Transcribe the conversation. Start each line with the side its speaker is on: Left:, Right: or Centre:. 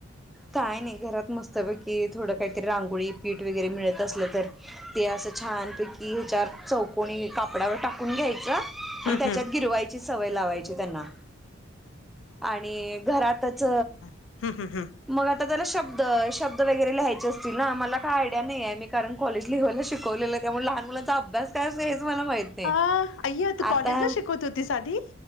Centre: काय नाही. घरात मस्त पैकी, थोडं काहीतरी रांगोळी, पीठ वगैरे मिळत असलं तर ते असं छानपैकी, ह्याच्यावर चौकोणी कापडावर टाकून घ्यायचं.
Left: हम्म
Centre: आणि त्याच्यात
Left: हम्म.
Centre: गिरवायची सवय लावायची त्यांना. आणि घरातच
Left: हम्, हं, ह.
Centre: मग आता त्याला शब्द, शब्द वगैरे लिहायचे असतील ना मला काय आयडिया नईये मी कारण- कॉलेज लेव्हल्ला शिकवलेलं त्यामुळे लहान मुलांचा अभ्यास काय असतो हेच मला माहित् ते
Left: अ अय्या तू कॉलेजला
Centre: आता
Left: शिकवत होतीस आधी